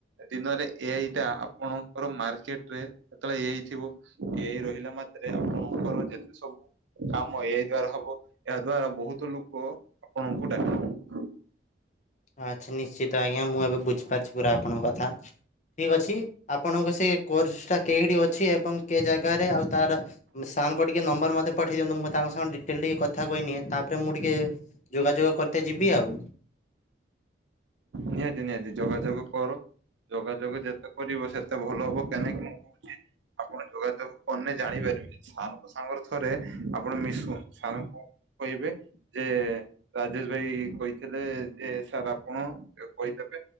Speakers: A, on the right; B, on the left.
A: ଦିନରେ ଏଇଟା ଆପଣଙ୍କର ମାର୍କେଟରେ ସେତେବେଳେ ଏଇ ଥିବ ଏଇ ରହିଲା ମା ର୍କେଟରେ ଆପଣଙ୍କର ଯେତେ ସବୁ କାମ ଏଇ ଦ୍ଵାରା ହବ। ଏହା ଦ୍ଵାରା ବହୁତ ଲୋକ ଆପଣଙ୍କୁ ଡାକିବେ।
B: ଆଛା ନିଶ୍ଚିତ ଆଜ୍ଞା ମୁଁ ଏବେ ବୁଝିପାରୁଛି ପୁରା ଆପଣଙ୍କ କଥା ଠିକ୍ ଅଛି। ଛି ଆପଣଙ୍କ ସେ କୋର୍ସଟା କେଇଠି ଅଛି ଏବଂ କେ ଜାଗାରେ ଆଉ ତାର ସାର୍ ଙ୍କ ଟିକେ ନମ୍ବର ମ ତେ ପଠେଇ ଦିଅନ୍ତୁ ମୁଁ ତାଙ୍କ ସାଙ୍ଗରେ ଡିଟେଲ ଟିକେ କଥା କହିନିଏ ତାପରେ ମୁଁ ଟିକେ ଯୋଗ ଯୋଗ କର ତେ ଯିବି ଆଉ।
A: ନିହାତି ନିହାତି ଯୋଗାଯୋଗ କର। ଯୋଗାଯୋଗ ଯେତେ କରିବ ସେତେ ଭଲ ହବ କାଇନା ତୁମକୁ ହଉଛି ଆପଣ ଯୋଗାଯୋଗ କଲେ ଜାଣିପାରିବେ ସାର୍ ଙ୍କ ସାଙ୍ଗରେ ଥରେ ଆପଣ ମିଶନ୍ତୁ ସାର୍ ଙ୍କୁ କହିବେ ଯେ ରାଜେଶ୍ ଭାଇ କହିଥିଲେ ଯେ ସାର୍ ଆପଣ ତାକୁ କହିଦେବେ